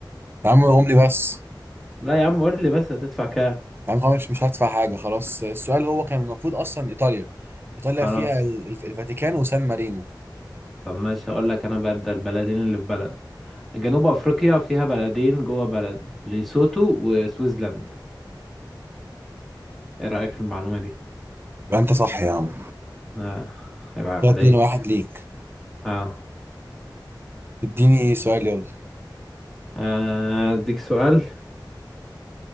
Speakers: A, on the right; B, in the centre.
A: يا عم قولهم لي بس
B: لا يا عم قول لي بس هتدفع كام
A: يعني خلاص مش مش هدفع حاجة خلاص السؤال هو كان المفروض أصلا إيطاليا إيطاليا
B: خلاص
A: فيها ال- الف- الفاتيكان وسان مارينو
B: طب ماشي هقول لك انا بقى ده البلدين اللي في بلد جنوب افريقيا فيها بلدين جوه بلد ليسوتو وسويسلاند ايه رايك في المعلومه دي
A: يبقى أنت صح يا عم
B: اه هيبقى
A: كده
B: عليك
A: اتنين واحد ليك
B: اه
A: اديني سؤال يلا
B: آه، اديك سؤال